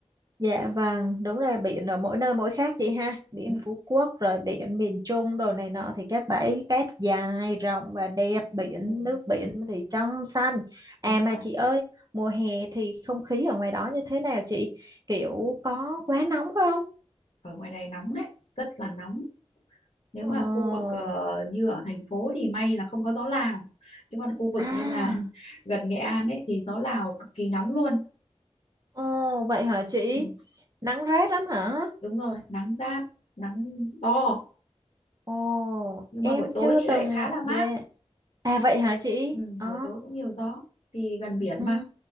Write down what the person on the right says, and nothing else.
Dạ vâng, đúng là biển ở mỗi nơi mỗi khác chị ha. Biển
Phú Quốc rồi biển miền Trung đồ này nọ thì các bãi cát dài, rộng và đẹp, biển
nước biển thì trong xanh. À
mà chị ơi, mùa hè thì không khí ở ngoài đó như thế nào chị? Kiểu
có quá nóng không?
Ồ,
à,
ồ vậy hả chị?
Nắng rát lắm hả?
Ồ,
em
chưa
từng
dạ. À
vậy hả chị?
Ồ.
Ừ.